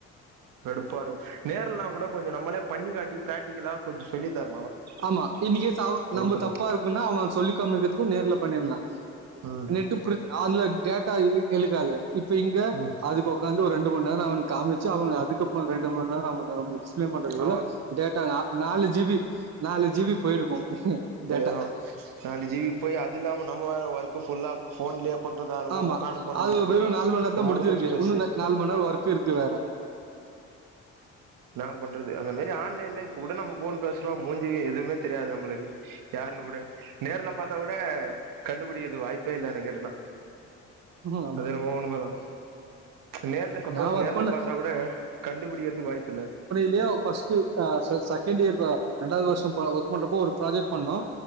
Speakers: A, on the right; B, on the right.
A: கடுப்பாருக்கு நேருல் லா கூட கொஞ்ச நம்மளே பண்ணிகாட்டி பிராக்டிகலா கொஞ்ச சொல்லி தர
B: ஆமா இன் கேஸ் அவ நம்ம
A: சொல்றது
B: தப்பா இருக்குனா அவன் சொல்லி காம்மிக்கிறதுக்கு நேர்ல பண்ணிடலா
A: ம்
B: நெட் அதுல டேட்டா எழுகாது இப்ப இங்க
A: ம்
B: அதுக்கு உக்காந் ஒரு ரெண்டு ம நேர அவனுக்கு காமிச்சு அவன் அதுக்கப்பரோ ரெண்டு ம நேர அவன நம்பி எக்ஸ்ப்ளைன் பண்றதுகுல்ல
A: அவ
B: டேட்டா நா நாலு ஜிபி நாலு ஜிபி போயிருக்கும் டேட்டா
A: இதா நாலு ஜிபி போய் அது இல்லாம நம்ம வேற ஒர்க்கு ஃபுல்லா போன்லேயே பண்றதா இருக்கு
B: ஆமா
A: உக்காந்து பண்ற
B: அது
A: மாரி
B: வெறும்
A: இருக்கு
B: நாலு மணி நேரம்
A: நம்மளுக்கு
B: தான் முடிஞ்சிருக்கு
A: ஸ்ட்ரெஸ்ஸு
B: இன்னும் நா- நாலு மணி நேரம் ஒர்க் இருக்கு வேற
A: ஆ அந்த மாி ஆன்லைன்ல இப்ப கூட நம்ம போன் பேசுறோம் மூஞ்சு எதுவுமே தெரியாது நம்மளுக்கு யாருன்னு கூட நேர்ல பார்த்தா கூட கண்டுபிடிது வாய்ப்பே இல்லன்ன என் கேட்டனா
B: ம், ஆமா
A: அது என்னமோ உண்ம தா நேர்ல சப்போஸ்
B: நான் ஒர்க்
A: நேர்ல
B: பண்ற
A: பார்த்தா கூட கண்டுபிடிக்கதுக்கு வாய்ப்பு இல்ல
B: எப்படியோ ஃபர்ஸ்ட்டூ ஆ செகண்ட் இயர் ரெண்டாவது வருஷம் ஒர்க் பண்றப்போ ஒரு ப்ராஜெக்ட் பண்ணோ